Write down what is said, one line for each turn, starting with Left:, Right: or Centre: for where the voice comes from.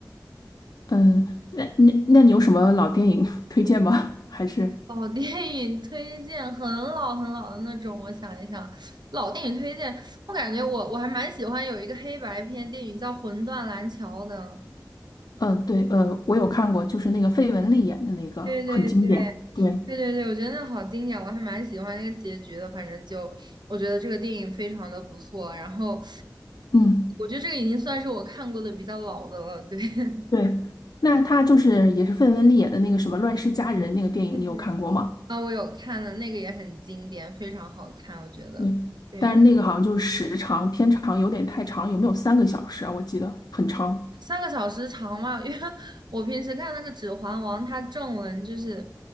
Left: 嗯，那那那你有什么老电影 <laughs> 推荐吗？<laughs> 还是
Right: 老电影推荐很老很老的那种。我想一想，老电影推荐，我感觉我我还蛮喜欢有一个黑白片电影叫《魂断蓝桥》的。
Left: 嗯，呃对，呃，我有看过，就是那个费雯丽演的那个，
Right: 对对对
Left: 很经典。对。
Right: 对对对，我觉得那好经典，我还蛮喜欢那个结局的。反正就我觉得这个电影非常的不错，然后
Left: 嗯，
Right: 我觉得这个已经算是我看过的比较老的了。对，<laughs>
Left: 对，那他就是也是费雯丽演的那个什么《乱世佳人》那个电影，
Right: 对谢谢
Left: 你有看过吗？
Right: 啊，我有看的那个也很经典，非常好看，我觉得。
Left: 对，
Right: 对，
Left: 但是那个好像就是时长偏长，
Right: 因为
Left: 有点太长了，有没有三个小时啊？我记得很长。
Right: 三个小时长嘛，因为 <laughs> 我平时看那个《指环王》，它正文就是